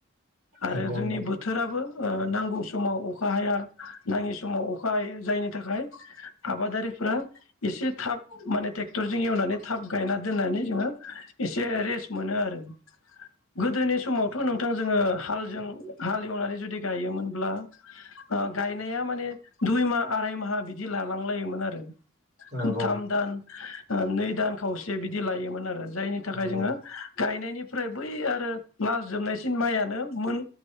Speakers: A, on the left; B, on the right.
A: आरो
B: नंगौ
A: जोंनि
B: नोंथां
A: बोथोर बोथोराबो ओ नांगौ समाव अखा हाया नाङि समाव अखा ह जायैनि थाखाय आबादारिफ्रा एसे थाब माने ट्रेक्टरजों एवनानै थाब गायना दोननानै जोङो एसे रेस्ट मोनो आरो गोदोनि समावथ' नोंथां जोङो हालजों हाल एवनानै जुदि गायोमोनब्ला ओ गायनाया माने दुइ माह आराय माहा बिदि जि लालांलायोमोन आरो
B: नंगौ
A: थाम दान नै दान खावसे बिदि लायोमोन आरो जायनि थाखाय
B: नंगौ
A: जोङो गायनायनिफ्राय बै आरो लास जोबनायसिन माइयानो मोन